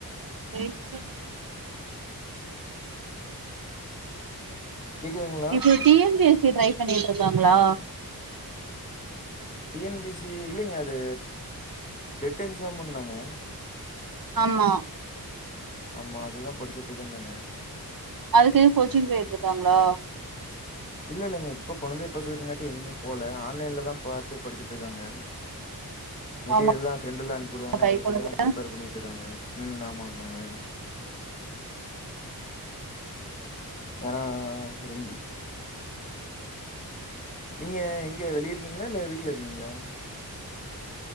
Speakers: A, on the right; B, on the left.
A: ஹெல்த்தி
B: கேக்குதுங்களா
A: இப்ப T N P S C try பண்ணிட்டு இருக்காங்ளா
B: T N P S C இல்லீங்க அது டெட் எக்ஸாம்ன்னாங்க
A: ஆமா
B: ஆமா அதுதா படிச்சிட்டு இருக்கேன்னாங்க
A: அதுக்னு கோச்சிங் போயிட்டு இருக்காங்ளா
B: இல்ல இல்லங்க இப்ப கொழந்தய பாத்துக்கறங்காட்டி எங்கயுமே போல ஆன்லைன்லதா பாத்து படிச்சிட்டு இருக்காங்க மெட்டீரியல்லா
A: ஆமா
B: ஃப்ரெண்டெல்லா அனுப்பி விடுவாங்க
A: கை
B: அத வெச்சுதா
A: கொழந்த
B: பிரிப்பேர் பண்ணிட்டு இருக்காங்க ம் ஆமா ஆ மாங்க ஏனா ரெண் நீங்க எங்க வெளிய இருக்கீங்ளா இல்ல வீட்ல இருக்கீங்ளா